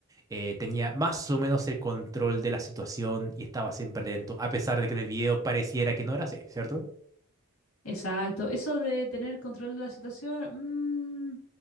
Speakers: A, on the right; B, on the left.
A: eh, tenía más o menos el control de la situación y estaba siempre lento, a pesar de que en el video pareciera que no era así, ¿cierto?
B: Exacto. Eso de tener control de la situación, mm,